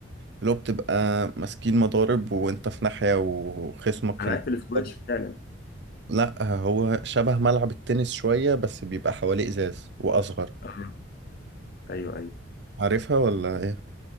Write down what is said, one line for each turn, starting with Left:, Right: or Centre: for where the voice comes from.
Right: اللي هو بتبقى ماسكين مضارب وانت في ناحية وخصمك
Left: انا
Right: في الناحية
Left: عارف الاسكواش
Right: التانية.
Left: فعلا
Right: لا هو شبه ملعب التنس شوية بس بيبقى حواليه ازاز واصغر
Left: اه ايوه ايوه
Right: عارفها ولا ايه